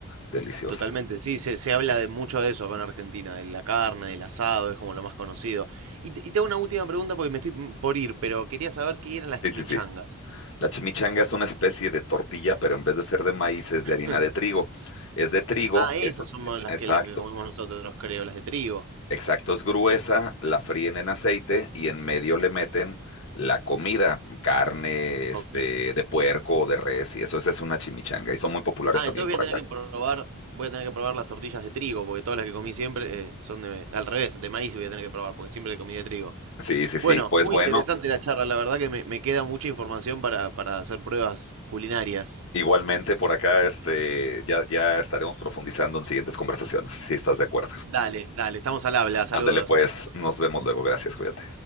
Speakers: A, on the left (about 65°); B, on the right (about 70°).
A: deliciosa.
B: Totalmente, sí, se, se habla de mucho de eso acá en Argentina, de la carne, del asado, es como lo más conocido. Y, te- y te hago una última pregunta porque me estoy mm, por ir, pero quería saber qué eran las
A: Sí,
B: chimichangas.
A: sí, sí. La chimichanga es una especie de tortilla, pero en vez de ser de maíz es de harina
B: Hmm.
A: de trigo. Es de trigo,
B: Ah, esas
A: es un...
B: son las
A: Exacto.
B: que, las que comemos nosotros, creo, las de trigo.
A: Exacto, es gruesa, la fríen en aceite y en medio le meten la comida, carne, este,
B: Ok.
A: de puerco o de res, y eso esa es una chimichanga, y son muy populares
B: Ah,
A: también
B: entonces
A: por
B: voy a
A: acá.
B: tener que probar, voy a tener que probar las tortillas de trigo, porque todas las que comí siempre eh, son de, al revés, de maíz voy a tener que probar, porque siempre comí de trigo.
A: Sí, sí, sí,
B: Bueno,
A: pues
B: muy
A: bueno,
B: interesante la charla, la verdad que me, me queda mucha información para, para hacer pruebas culinarias.
A: igualmente por acá, este, ya, ya estaremos profundizando en siguientes conversaciones, si estás de acuerdo.
B: Dale, dale, estamos al habla, saludos.
A: Ándale pues, nos vemos luego, gracias, cuídate.